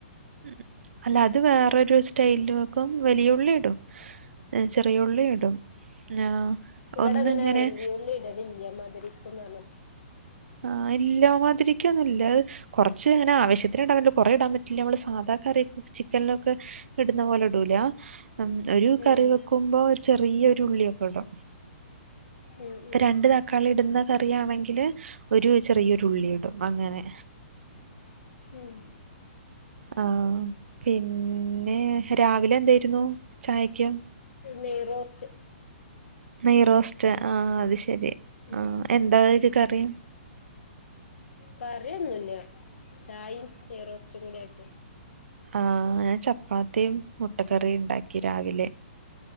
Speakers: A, on the right; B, on the left.
A: ഉം അല്ല അത് വേറൊരു സ്റ്റൈലിൽ വെക്കും വലിയ ഉള്ളി ഇടും ഏ, ചെറിയ ഉള്ളി ഇടും ആ
B: ഇവിടെങ്ങനെ
A: ഒന്നിങ്ങനെ
B: വലിയഉള്ളി ഇടലില മാതിരിക്കുന്ന <inaudible>
A: ആ ഇല്ല മ തിരികൊന്നില്ല കുറച്ച് അങ്ങനെ ആവശത്തിന് ഇടാൻ കുറെ ഇടാൻ പറ്റില്ല നമ്മള് സാധാ കറി ചിക്കനിലൊക്കെ ഇടുന്ന പോലെ ഇടൂല ഒരു
B: ഉം
A: കറി വെക്കുമ്പോ ഒരു ചെറിയരു ലിയകട്ടോ
B: ഉം
A: ഇപ്പ
B: ഉം
A: രണ്ട് തക്കാളി ഇടുന്ന കറിയാണെങ്കിൽ ഒരു ചെറിയൊരുള്ളി ഇടും അങ്ങനെ
B: ഉം
A: ആ പിൻ പിന്നെ രാവിലെ എന്തായിരുന്നു ചായക്ക്
B: നെയ്റോസ്റ്റ്
A: നെയ്റോസ്റ്റ് ആ അത്ശ ശരി
B: ഉം
A: ആ എന്താര് കറി
B: കറിയൊന്നുല്ല ചായയും നെയ്റോസ്റ്റും കൂടി ആയ്റ്റ്
A: ആ ഞാൻ ചപ്പാത്തിം മുട്ടക്കറിം ണ്ടാക്കി രാവിലെ